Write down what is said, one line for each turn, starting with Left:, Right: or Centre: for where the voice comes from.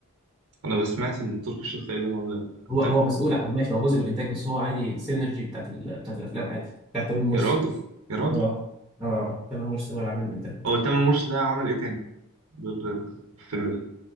Right: انا بسمعت ان تركي الشيخ تقريبا هو اللي انتاجه
Centre: هو هو مسؤول عن- ماشي هو جزء من الانتاج بس هو عادي السينرجي بتاعت ال... بتاعت الافلام عادي بتاعت تامر مرسي
Right: يا راجل يا راجل
Centre: اه اه تامر مرسي هو اللي عامل الانتاج
Right: هو تامر مرشد ده عمل ايه تاني غير الفيلم ده